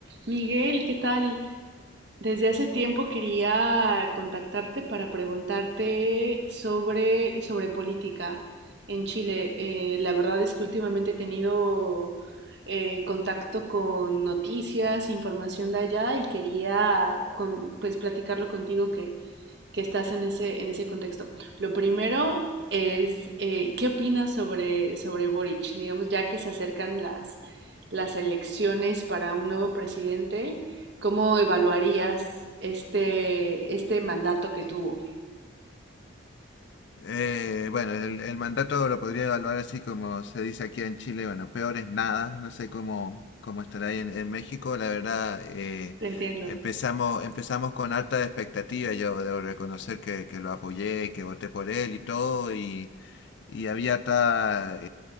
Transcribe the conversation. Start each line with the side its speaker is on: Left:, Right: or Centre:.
Right: Miguel, ¿qué tal? Desde hace tiempo quería contactarte para preguntarte sobre, sobre política en Chile. Eh, la verdad es que últimamente he tenido eh, contacto con noticias, información de allá y quería con- pues platicarlo contigo que, que estás en ese, en ese contexto. Lo primero es, eh, ¿qué opinas sobre, sobre Boric? Digamos, ya que se acercan las, las elecciones para un nuevo presidente, ¿cómo evaluarías este, este mandato que tuvo?
Left: Eh, bueno, el, el mandato lo podría evaluar así como se dice aquí en Chile, bueno, peor es nada, no sé cómo, cómo estará ahí en, en México, la verdad, eh,
Right: Te entiendo.
Left: empezamos, empezamos con alta expectativa, yo debo reconocer que, que lo apoyé, que voté por él y todo, y, y había tal